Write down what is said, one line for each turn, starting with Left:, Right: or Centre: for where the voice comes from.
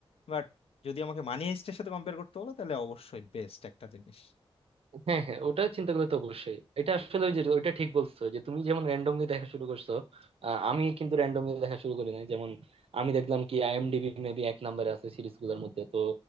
Left: বাট যদি আমাকে মানি হাইস্টের সাথে কম্পেয়ার করতে হলো তাহলে অবশ্যই বেস্ট একটা জিনিস
Right: হ্যাঁ হ্যাঁ ওটা চিন্তা করলে তো অবশ্যই এটা আসলে ওই যে ওইটা ঠিক বলছো যে তুমি যেমন র্যান্ডমলি দেখা শুরু করছো আহ, আমি কিন্তু র্যান্ডমলি দেখা শুরু করি নাই যেমন আমি দেখলাম কি আইএমডিবি মেবি এক নম্বরে আছে সিরিজ গুলোর মধ্যে তো